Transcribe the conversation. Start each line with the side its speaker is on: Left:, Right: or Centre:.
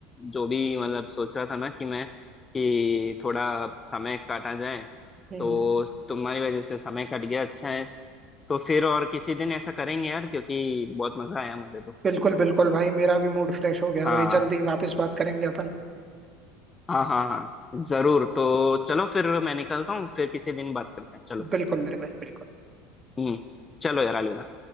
Left: जो भी मतलब सोच रहा था ना कि मैं कि थोड़ा समय काटा जाए
Right: हम्म,
Left: तो
Right: हम्म।
Left: तुम्हारी वजह से समय कट गया अच्छा है तो फिर और किसी दिन ऐसा करेंगे यार क्योंकि बहुत मजा आया मुझे तो
Right: बिल्कुल बिल्कुल भाई मेरा भी मूड फ्रेश हो गया
Left: हाँ
Right: भाई जल्दी वापस बात करेंगे अपन
Left: हाँ हाँ हाँ जरूर तो चलो फिर मैं निकलता हूँ फिर किसी दिन बात करते हैं चलो
Right: बिल्कुल मेरे भाई बिल्कुल
Left: हम्म चलो यार अलविदा